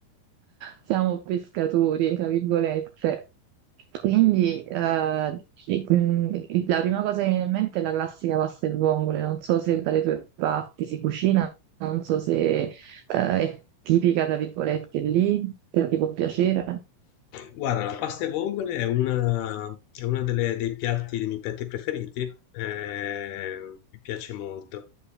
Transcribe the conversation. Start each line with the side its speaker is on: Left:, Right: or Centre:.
Right: siamo pescatori, tra virgolette. Quindi eh, sì, mm, la prima cosa che mi viene in mente è la classica pasta e vongole. Non so se dalle tue parti si cucina, non so se eh, è tipica, tra virgolette, lì, se ti può piacere.
Left: Guarda, la pasta e vongole è una, è una delle- dei piatti, dei miei piatti preferiti, eh, mi piace molto.